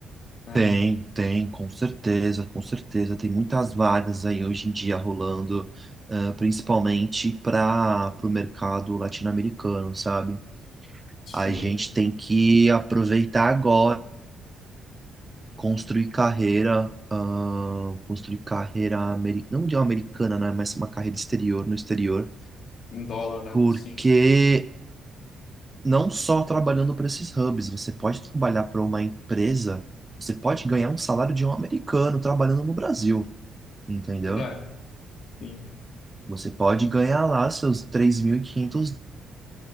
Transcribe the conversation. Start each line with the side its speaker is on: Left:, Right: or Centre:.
Left: né?
Right: Tem, tem, com certeza, com certeza. Tem muitas vagas aí hoje em dia rolando, ah, principalmente para o mercado latino-americano, sabe?
Left: Sim,
Right: A gente tem que aproveitar agora, construir carreira, ah, construir carreira, ameri- não de uma americana, né? Mas uma carreira exterior, no exterior,
Left: em dólar, né?
Right: porque
Left: Sim,
Right: não só trabalhando para esses hubs, você pode trabalhar para uma empresa, você pode ganhar um salário de um americano trabalhando no Brasil, entendeu?
Left: verdade. Sim.
Right: Você pode ganhar lá seus 3.500